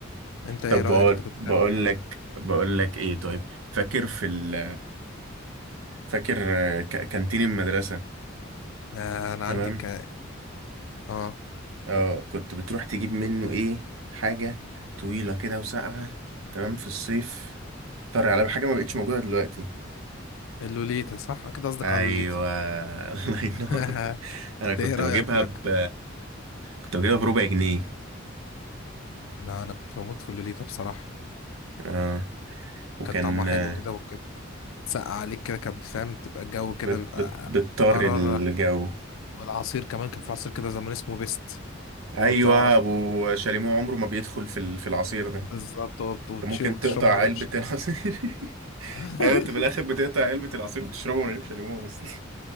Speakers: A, on the left; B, on the right.
A: انت ايه
B: طب
A: رأيك
B: بقول
A: انت كنت
B: بقول
A: بتعمل ايه؟
B: لك بقول لك ايه طيب فاكر في ال... فاكر ك- كانتين المدرسه
A: آه انا
B: تمام
A: عندي ك... اه
B: اه كنت بتروح تجيب منه ايه حاجة طويلة كده وساقعة تمام في الصيف طري على حاجة ما بقتش موجودة دلوقتي
A: اللوليتا صح كده قصدك
B: ايوه
A: على اللوليتا
B: <laughs> الله
A: <laughs>
B: ينور
A: انت
B: انا كنت
A: ايه رأيك
B: بجيبها
A: فيك؟
B: ب كنت بجيبها بربع جنيه
A: لا انا كنت بموت في اللوليتا بصراحة
B: اه وكان
A: كان طعمها حلو
B: آه،
A: كده وكده تسقع عليك كده كان فاهم تبقى الجو كده
B: بت...
A: بيبقى
B: بت... بتطر
A: قرر
B: الجو
A: والعصير كمان كان في عصير كده زمان اسمه بيست
B: ايوه
A: لو تعرف
B: ابو شاليمو عمره ما بيدخل في ال- في العصير ده
A: بالظبط هو بت- وتش-
B: انت ممكن
A: وتشربه
B: تقطع
A: من
B: علبة
A: غير الشراب
B: العصير <laughs>
A: <laughs>
B: ايوه انت في الاخر بتقطع علبة العصير وتشربه من غير شاليمو اصلا